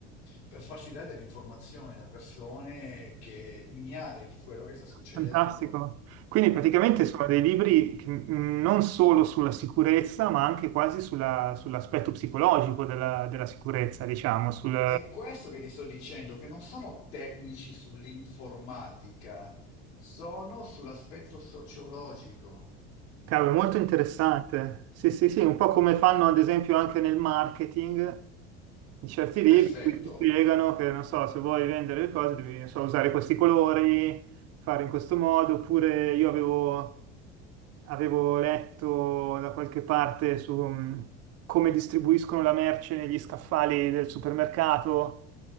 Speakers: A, on the left; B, on the right.
A: per farsi dare delle informazioni da persone che ignare di quello che sta succedendo.
B: Fantastico. Quindi praticamente
A: mm?
B: sono dei libri che, mh, non solo sulla sicurezza, ma anche quasi sulla- sull'aspetto psicologico della, della sicurezza, diciamo, sul...
A: È questo che ti sto dicendo, che non sono tecnici sull'informatica, sono sull'aspetto sociologico.
B: Cavolo, è molto interessante.
A: mm?
B: Sì, sì, sì, un po' come fanno ad esempio anche nel marketing, in certi libri
A: Perfetto.
B: in cui ti spiegano che, non so, se vuoi vendere le cose devi, non so, usare questi colori, fare in questo modo, oppure io avevo... avevo letto da qualche parte su mh, come distribuiscono la merce negli scaffali del supermercato,